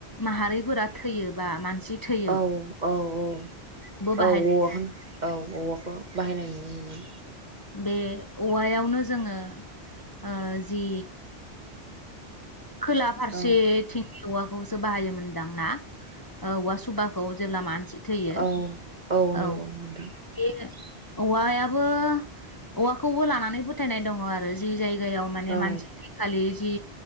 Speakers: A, on the left; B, on the right.
A: माहारिफोरा थैयोबा मानसि थै
B: औ औ औ औ
A: बाहायनाय
B: औवाखौ औ औवखौनो बाहायनाय नु मोनो
A: बे औवायावनो जोङो ओ जि खोला फारसेथिं
B: औ
A: औवाखौसो बाहायोमोनदां ना औवा सुबाखौ जेब्ला मान से थैयो
B: औ नंगौ
A: औ
B: नोंथां
A: बे औवायाबो औवाखौबो लानानै फोथायनाय दङ आरो जि जाय जायगायाव माने
B: औ
A: मानसि थैखालि जि